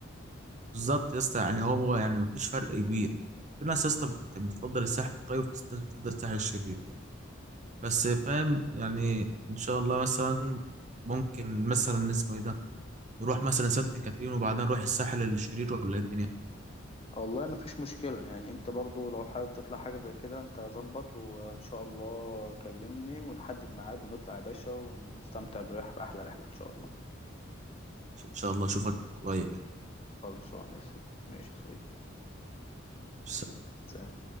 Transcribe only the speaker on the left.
والله مفيش مشكلة يعني أنت برضو لو حابب تطلع حاجة زي كده أنت ظبط وإن شاء الله كلمني ونحدد ميعاد ونطلع يا باشا ونستمتع برحلة بأحلى رحلة إن شاء الله
خلصان يا سيدي ماشي يا صديقي
سلام